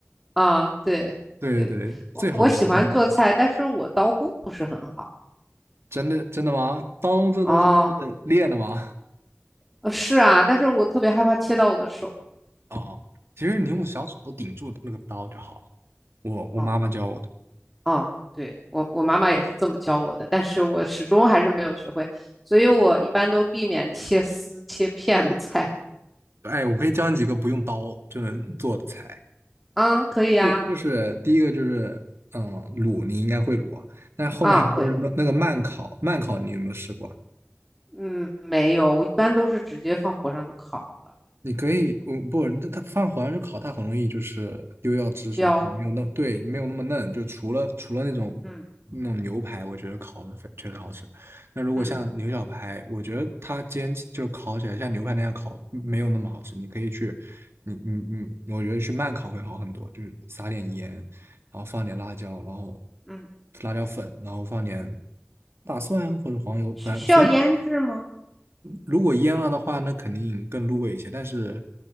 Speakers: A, in the centre; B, on the right.
A: 啊，对对，
B: <laughs> 对对对，
A: 我我喜欢做菜，
B: 最好的食材。
A: 但是我刀工不是很好
B: 真的真的吗？刀工这东西不是练的吗？
A: 哦，呃是啊，但是我特别害怕切到我的手
B: <laughs> 哦，其实你用小指头顶住那个刀就好了。我我妈妈教我的。
A: 哦哦，对我我妈妈也是这么教我的，但是我始终还是没有学会，所以我一般都避免切丝切片的菜
B: 哎，我可以教你几个不用刀就能做的菜。
A: 啊，可以啊
B: 就是就是第一个就是嗯卤，你应该会卤啊。但是后面还不是那那个慢烤，
A: 啊会。
B: 慢烤你有没有试过？
A: 嗯，没有，我一般都是直接放火上就烤了，
B: 你可以，嗯，不，那它放火上去烤，它很容易就是丢掉汁水，
A: 焦。
B: 没有那，对，没有那么嫩。就除了除了那种那种牛排，
A: 嗯
B: 我觉得烤的确实好吃。那如果像牛小排，
A: 嗯
B: 我觉得它煎起就烤起来像牛排那样烤，没有那么好吃。你可以去，你你你，我觉得去慢烤会好很多，就是撒点盐，然后放点辣椒，然后
A: 嗯，
B: 辣椒粉，然后放点大蒜啊或者黄油，
A: 需需要腌制吗？
B: 反正随便如果腌了的话，那肯定更入味一些。但是，